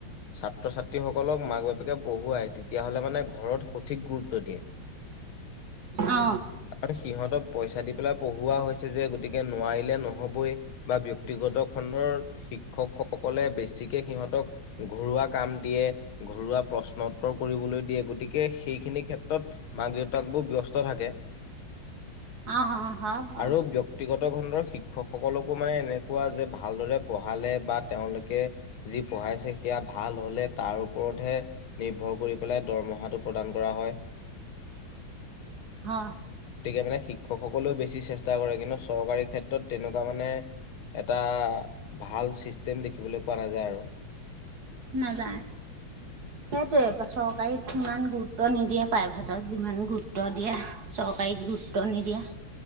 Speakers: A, on the left; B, on the right.
A: ছাত্ৰ ছাত্ৰীসকলক মাক - বাপেকে পঢ়ুৱাই, তেতিয়াহ'লে মানে ঘৰত সঠিক গুৰুত্ব দিয়ে।
B: অ
A: কাৰণ সিহঁতক পইচা দি পেলাই- পঢ়োৱা হৈছে যে, গতিকে নোৱাৰিলে নহ'বই বা- ব্যক্তিগত খণ্ডৰ শিক্ষকসকলে বেছিকে সিহঁতক ঘৰুৱা কাম দিয়ে। ঘৰুৱা প্ৰশ্ন উত্তৰ কৰিবলৈ দিয়ে গতিকে সেইখিনি ক্ষেত্ৰত মাক দেউতাক বোৰ ব্যস্ত থাকে।
B: আহ অ হয় বাও
A: আৰু ব্যক্তিগত খণ্ডৰ শিক্ষকসকলকো মানে এনে কোৱা যে ভালদৰে পঢ়ালে বা তেওঁলোকে যি পঢ়াইছে সেয়া ভাল হ'লে তাৰ ওপৰত। হে নিৰ্ভৰ কৰি পেলাই দৰমহাটো প্ৰদান কৰা হয়।
B: <inaudible> হয়
A: গতিকে মানে শিক্ষকসকলেও বেছি চেষ্টা কৰে কিন্তু চৰকাৰী ক্ষেত্ৰত তেনেকুৱা মানে এটা ভাল চিষ্টেম দেখিবলৈ পোৱা নাযায়। আৰু
B: নাযায় সেইটোয়ে চৰকাৰীত সিমান গুৰুত্ব নিদিয়ে। প্ৰাইভেটত যিমান গুৰুত্ব দিয়ে। ককাইত গুৰুত্ব নিদিয়া।